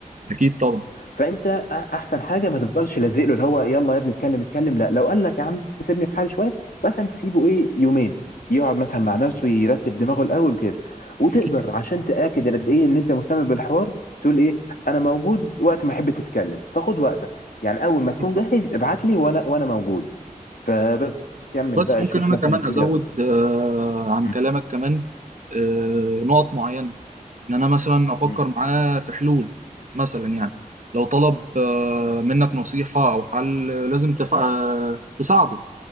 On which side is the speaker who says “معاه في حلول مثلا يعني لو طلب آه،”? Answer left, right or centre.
Right